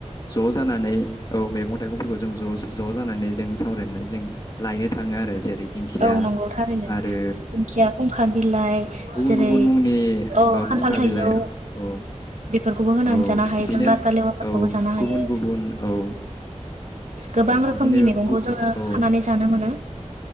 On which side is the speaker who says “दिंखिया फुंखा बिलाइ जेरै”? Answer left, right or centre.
Right